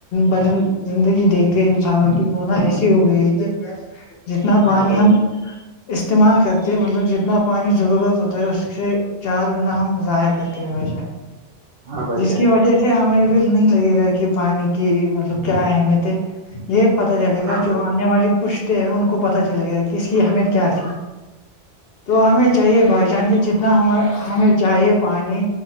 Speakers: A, on the left; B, on the right.
A: بجن زندگی دیکھتے انسانوں کی بنا ایسی ہو گئی ہے کہ جتنا پانی
B: ہاں بھائی
A: ہم
B: جان
A: استعمال کرتے ہیں مطلب جتنا پانی ضرورت ہوتا ہے اس سے چار گنا ہم ضائع کرتے ہیں بائی ج
B: ہاں بھائی
A: جس
B: جان
A: کی وجہ <unintelligible> جیسے ہمیں بھی نہیں لگے گا کہ پانی کی مطلب کیا اہمیت ہے یہ پت چلے گا
B: ہاں بھائی
A: جو آنے والے پوچھتے ہیں ان کو پت چل گیا کہ اس کی اہمیت کیا تھی تو ہمیں چاہیے بھائی <unintelligible> جان کے جتنا ہم ہمیں چاہیے پانی